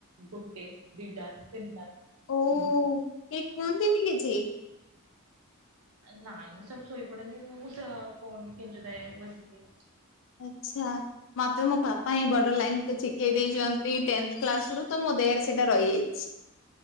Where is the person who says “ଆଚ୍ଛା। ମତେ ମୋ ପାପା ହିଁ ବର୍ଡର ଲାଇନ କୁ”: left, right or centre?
Left